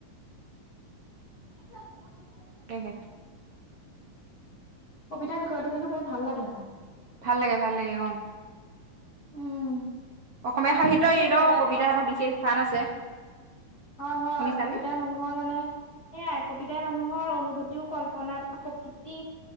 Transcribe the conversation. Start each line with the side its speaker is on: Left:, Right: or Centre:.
Left: <unintelligible>
Right: এহেত
Left: কবিতাৰ বিষয়টো কিন্তু বৰ ভাল লাগে আকৌ
Right: ভাল লাগে ভাল লাগে অ'।
Left: উম।
Right: অসমীয়া সাহিত্যৰ
Left: সেইটোৱে
Right: এইটো
Left: মানে
Right: কবিতা
Left: অ
Right: এটা বিশেষ স্থান আছে।
Left: অ' হয়
Right: শুনিছানে?
Left: কবিতাৰ। মানুহৰ মানে সেই আই কবিতাই মানুহৰ অনুভূতিও কল্পনা বা প্ৰকৃতি